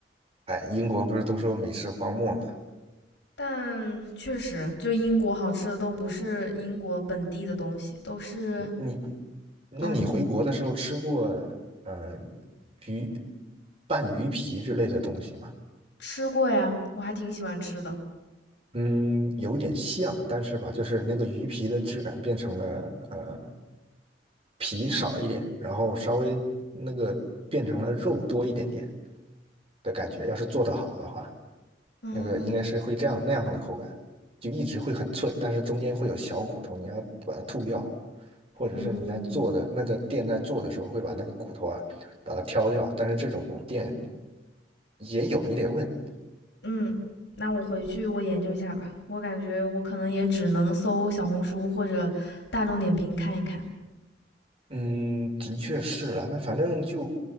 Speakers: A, on the right; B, on the left.
A: 嗨，哎，英国不是都说美食荒漠嘛？
B: 但确实，就英国好吃的都不是英国本地的东西，都是
A: 对你，那你回国的时候吃过
B: 嗯，你
A: 嗯鱼拌鱼皮之类的东西吗？
B: 吃过呀？我还挺喜欢吃的。
A: 嗯，有点像，但是吧，就是那个鱼皮的质感变成了呃皮少一点，然后稍微那个变成了肉多一点点的感觉。要是做得好的话，
B: 嗯
A: 那个应该是会这样那样的口感，就一直会很脆，但是中间会有小骨头，你要把它吐掉。或者是你在做的那个店在做的时候会把那个骨头啊把它挑掉，
B: 嗯，
A: 但是这种店也有，你得问。
B: 嗯，那我回去我研究一下吧。我感觉我可能也只能搜小红书或者大众点评看一看。
A: 嗯，的确是了，那反正就